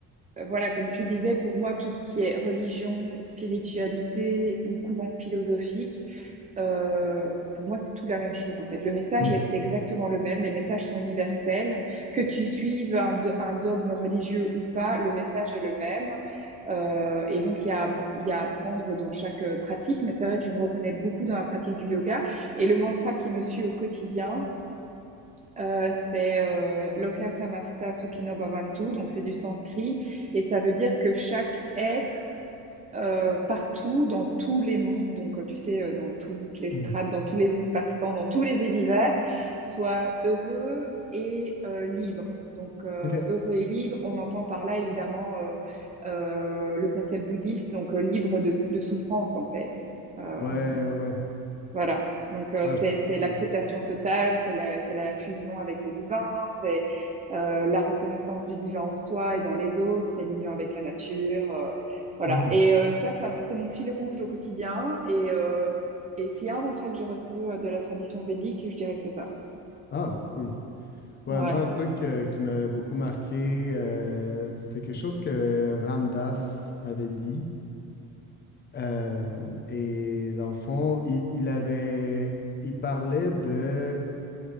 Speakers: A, on the right; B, on the left.
A: euh, voilà, comme tu disais, pour moi, tout ce qui est religion, spiritualité ou courant philosophique, euh, pour moi, c'est tout la même chose en fait. Le message
B: Mhm.
A: est exactement le même, les messages sont universels. Que tu suives un, do- un dogme religieux ou pas, le message est le même. Euh, et donc, il y a, il y a à apprendre dans chaque euh, pratique, mais c'est vrai que je me reconnais beaucoup dans la pratique du yoga. Et le mantra qui me suit au quotidien, euh, c'est euh, Loka Samasta Sukhino Bhavantu, donc c'est du sanskrit, et ça veut dire que chaque être euh, partout, dans tous les mondes, donc euh, tu sais, euh, dans toutes les
B: Mhm.
A: strates, dans tous les espaces-temps, dans tous les univers, soit heureux et euh, libre. Donc euh,
B: Ok.
A: heureux et libre, on entend par là évidemment euh, euh, le concept bouddhiste, donc euh, libre de, de souffrance en fait. Euh,
B: Ouais, ouais, ouais.
A: voilà. Donc, euh,
B: Ah,
A: c'est,
B: je trouve ça
A: c'est
B: bon.
A: l'acceptation totale, c'est la, c'est la fusion avec le divin, c'est euh, la reconnaissance du divin en soi et dans les autres, c'est l'union avec la nature. euh, voilà.
B: Mhm.
A: Et euh, ça, ça, m- c'est mon fil rouge au quotidien. Et, euh, et s'il y a un mantra que j'ai retenu euh, de la tradition védique, je dirais que c'est ça.
B: Ah, cool. Ouais,
A: Ouais.
B: moi, un truc euh, qui m'avait beaucoup marqué, euh, c'était quelque chose que Ramdas avait dit. Euh, et dans le fond, il, il avait. Il parlait de.